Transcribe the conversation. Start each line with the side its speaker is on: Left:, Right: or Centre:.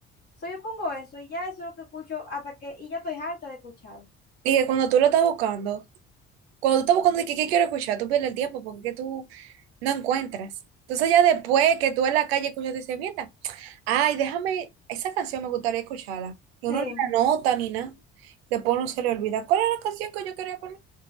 Left: So, yo pongo eso y ya eso es lo que escucho hasta que, y ya estoy harta de escucharlo.
Right: Y que cuando tú lo estás buscando, cuando tú estás buscando de que qué quiero escuchar, tú pierdes el tiempo porque es que tú no encuentras. Entonces ya después que tú en la calle escuchas, dices, mierda, ay, déjame, esa canción me gustaría escucharla. Y uno
Left: Sí.
Right: ni la nota ni nada. Después uno se le olvida, ¿cuál era la canción que yo quería poner?